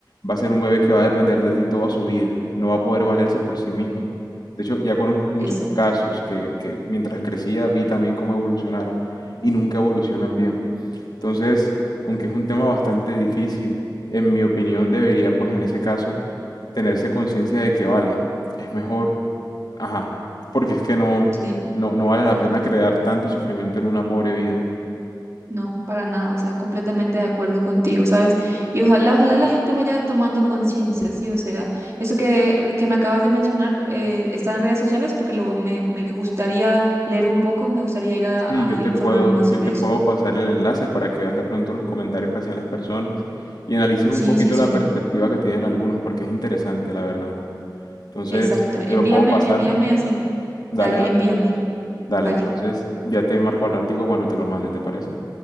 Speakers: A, on the left; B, on the right.
A: va a ser un bebé que va a depender de ti toda su vida, no va a poder valerse por sí mismo. De hecho, ya conozco muchos
B: exacto.
A: casos que, que mientras crecía vi también cómo evolucionaron y nunca evolucionan bien. Entonces, aunque es un tema bastante difícil, en mi opinión debería, pues en ese caso, tenerse conciencia de que vale, es mejor, ajá, porque es que no,
B: Sí,
A: no, no vale
B: claro.
A: la pena crear tanto sufrimiento en una pobre vida.
B: No, para nada. O sea, completamente de acuerdo contigo, ¿sabes? Y ojalá, ojalá la gente vaya tomando conciencia, sí. O sea, eso que, que me acabas de mencionar eh, está en redes sociales porque lo, me, me gustaría leer un poco, me gustaría ir a,
A: Sí, yo
B: a
A: te
B: informarme
A: puedo,
B: más
A: yo
B: sobre
A: te puedo
B: eso.
A: pasar el enlace para que veas de pronto los comentarios que hacían las personas y analices un
B: Sí,
A: poquito
B: sí, sí.
A: la perspectiva que tienen algunos, porque es interesante, la verdad. Entonces,
B: Exacto.
A: te
B: Envíame,
A: lo puedo pasar.
B: envíame así.
A: Dale,
B: Dale,
A: dale.
B: envíame.
A: Dale,
B: Vale.
A: entonces ya te marco al ratico cuando te lo mande, ¿te parece?